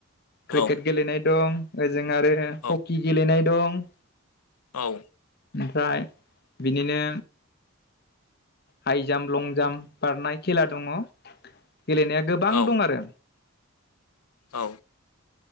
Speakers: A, on the left; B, on the left.
A: औ
B: क्रिकेट गेलेनाय दं। ओजों आरो
A: औ
B: हकि गेलेनाय दं।
A: औ
B: ओमफ्राय बिदिनो हायजाम लंजाम बारनाय खेला दङ गेलेनाया गोबां
A: औ
B: दं आरो।
A: औ